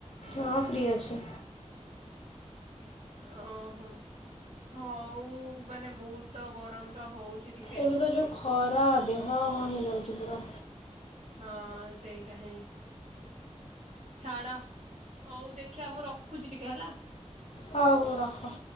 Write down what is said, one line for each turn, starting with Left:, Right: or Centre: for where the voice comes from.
Left: ହଁ ଫ୍ରି ଅଛି।
Right: ଓହୋ ହୋଉ ମାନେ ବହୁତ ଗରମ ଟା ହୋଉଚି ଟି
Left: ଏବେ ତ ଯୋଉ ଖରା ଦେହ କଣ ହେଇଯାଉଚି ପୁରା।
Right: ହଁ ସେଇଟା ହିଁ ଛାଡ ହୋଉ ଦେଖିଆ ମୁଁ ରଖୁଚି ଟିକେ ହେଲା।
Left: ହୋଉ ହୋଉ ରଖ।